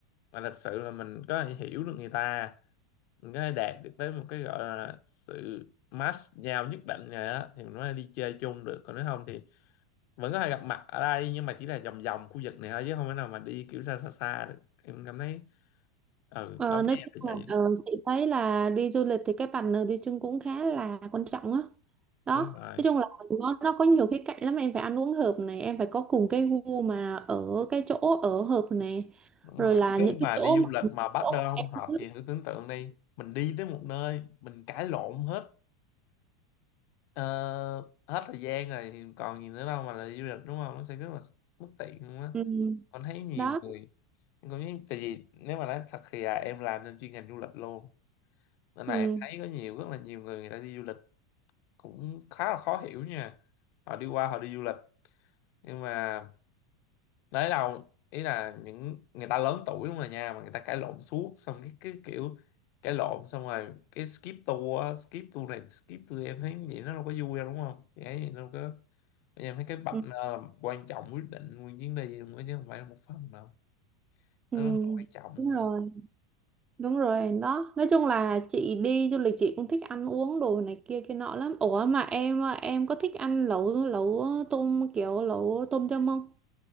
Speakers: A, on the left; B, on the right.
A: mà thật sự là mình có thể hiểu được người ta mình có thể đạt được tới một cái gọi là sự match nhau nhất định rồi á thì mình mới đi chơi chung được còn nếu không thì vẫn có thể gặp mặt ở đây nhưng mà chỉ là vòng vòng khu vực này thôi chứ không thể nào mà đi kiểu xa xa xa được em cảm thấy ừ
B: Ờ,
A: đó
B: nói
A: nha
B: chung
A: là
B: là
A: vậy
B: ờ, chị thấy là đi du lịch thì cái partner đi chung cũng khá là quan trọng á. Đó.
A: đúng rồi
B: Nói chung là nó nó có nhiều khía cạnh lắm em phải ăn uống hợp này, em phải có cùng cái gu mà ở cái chỗ ở hợp này.
A: đúng
B: Rồi
A: rồi
B: là
A: nếu
B: những cái
A: mà
B: chỗ
A: đi du
B: mà
A: lịch mà partner
B: chỗ
A: không
B: mà em
A: hợp
B: thích.
A: thì thử tưởng tượng đi mình đi tới một nơi mình cãi lộn hết ờ, hết thời gian rồi thì còn gì nữa đâu mà là đi du lịch đúng không nó sẽ rất là bất tiện luôn á
B: ừ.
A: con thấy nhiều
B: Đó.
A: người em cũng thấy- tại vì nếu mà nói thật thì à, em làm trong chuyên ngành du lịch luôn nên
B: Ừ.
A: là em thấy có nhiều rất là nhiều người người ta đi du lịch cũng khá là khó hiểu nha họ đi qua họ đi du lịch nhưng mà đấy đâu ý là những người ta lớn tuổi đúng rồi nha mà người ta cãi lộn suốt xong cái cái kiểu cãi lộn xong rồi cái skip tour á, skip tour này skip tour em thấy vậy nó đâu có vui đâu đúng không cái gì đâu có em thấy cái bạch
B: Ừ.
A: nơ là quan trọng quyết định nguyên chuyến đi luôn á chứ không phải là một phần đâu
B: Ừ.
A: nó rất là quan trọng luôn
B: Đúng rồi.
A: á
B: Đúng rồi đó Nói chung là chị đi du lịch chị cũng thích ăn uống đồ này kia kia nọ lắm Ủa mà em ờ, em có thích ăn lẩu lẩu tôm kiểu lẩu tôm yum không?